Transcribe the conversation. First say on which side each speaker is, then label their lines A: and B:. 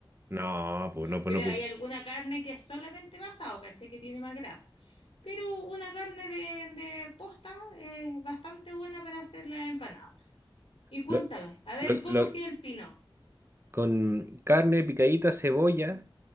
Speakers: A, on the right; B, on the left.
A: No, pues no, pues
B: Pero
A: no, pues.
B: hay alguna carne que es solamente pasado, ¿cachai? Que tiene más grasa. Pero una carne de, de posta es bastante buena para hacer la empanada. Y cuéntame,
A: Lo-
B: a ver,
A: lo-
B: ¿cómo
A: lo-
B: ha sido el pino?
A: con carne picadita, cebolla.